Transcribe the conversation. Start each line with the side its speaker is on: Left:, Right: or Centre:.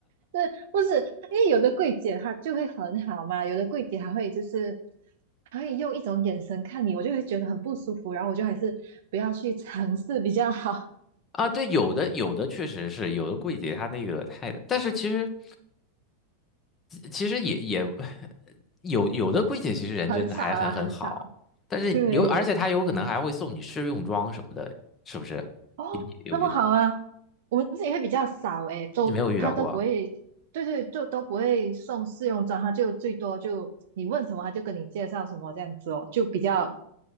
Right: 对，不是，因为有的柜姐她就会很好嘛，有的柜姐还会就是还会用一种眼神看你，我就会觉得很不舒服，然后我就还是不要去尝试比较好，
Left: 啊，对，有的有的确实是有的柜姐，她那个太，但是其实其实也也有有的柜姐其实人真的还很很好，
Right: <laughs> 很少啦，很少。
Left: 但是有而且她有可能还会送你试用装什么的，
Right: 对，
Left: 是不是？
Right: 哦，
Left: 你你有遇到过？
Right: 那么好啊，我们自己会比较少诶，都他都不会，
Left: 你没有遇到过？
Right: 对对，就都不会送试用装，他就最多就你问什么，他就跟你介绍什么这样子哦，就比较